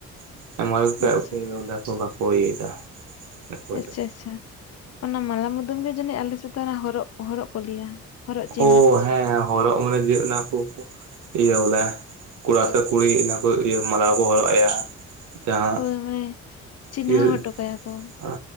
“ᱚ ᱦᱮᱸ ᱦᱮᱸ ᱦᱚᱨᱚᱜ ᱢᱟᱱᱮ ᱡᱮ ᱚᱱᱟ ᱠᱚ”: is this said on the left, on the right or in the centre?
Right